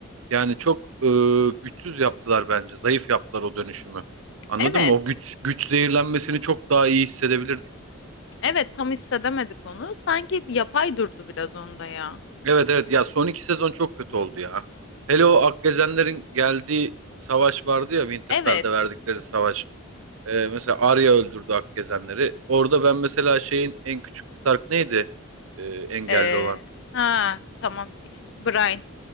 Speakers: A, on the right; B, on the left.
A: Yani çok e, güçsüz yaptılar bence. Zayıf yaptılar o dönüşümü. Anladın
B: Evet.
A: mı? O güç güç zehirlenmesini çok daha iyi hissedebilirdik.
B: Evet tam hissedemedik onu. Sanki yapay durdu biraz onda ya.
A: Evet evet ya son iki sezon çok kötü oldu ya. Hele o Akgezenlerin geldiği savaş vardı ya Winterfell'de
B: Evet.
A: verdikleri savaş. E, mesela Arya öldürdü Akgezenleri. Orada ben mesela şeyin en küçük Stark neydi? E, engelli
B: Ee,
A: olan.
B: ha tamam. İsmi Brian.